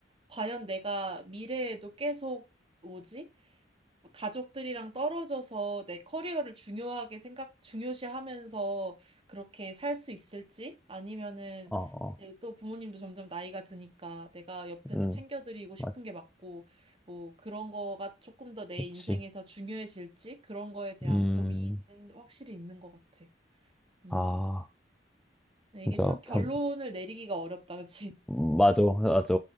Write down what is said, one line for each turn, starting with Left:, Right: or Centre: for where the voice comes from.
Right: 과연 내가 미래에도 계속 뭐지? 가족들이랑 떨어져서 내 커리어를 중요하게 생각, 중요시하면서 그렇게 살 수 있을지? 아니면은
Centre: 어, 어,
Right: 이제 또 부모님도 점점 나이가 드니까 내가 옆에서
Centre: 음,
Right: 챙겨드리고 싶은
Centre: 맞,
Right: 게 맞고, 뭐 그런 거가 조금 더 내
Centre: 그치.
Right: 인생에서 중요해질지? 그런 거에 대한
Centre: 음,
Right: 고민은 확실히 있는 것 같아. 음.
Centre: 아,
Right: 근데
Centre: 진짜
Right: 이게 참 결론을
Centre: 참,
Right: 내리기가 어렵다, 그치?
Centre: 음, 맞아, 맞아.